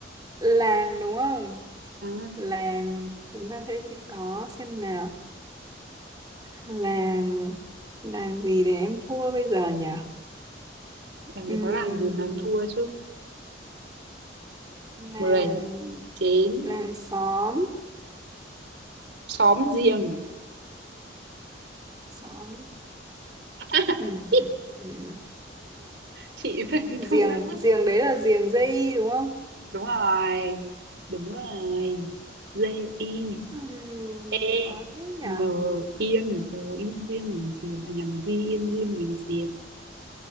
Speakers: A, on the right (about 20°); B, on the right (about 65°).
A: Làng đúng không?
B: À,
A: Làng, chúng ta sẽ có xem nào. Làng, làng gì để em thua bây giờ nhỉ?
B: làm
A: Ừm,
B: gì có làng gì mà em thua chứ.
A: làng,
B: mười chín
A: làng xóm,
B: xóm giềng
A: xóm.
B: <laughs>
A: Ừm, ừm, ừm.
B: chị phải thua
A: Giềng,
B: lắm
A: giềng đấy là giềng dây đúng không?
B: đúng rồi đúng rồi G I
A: Ừm,
B: E
A: khó thế nhỉ?
B: N yên rồi yên riêng mình chìm à nhầm di yên riêng mình chìm